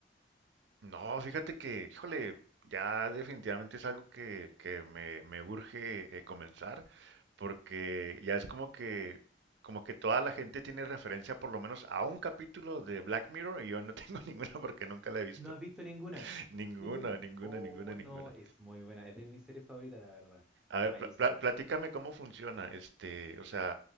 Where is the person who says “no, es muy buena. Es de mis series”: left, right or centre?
Centre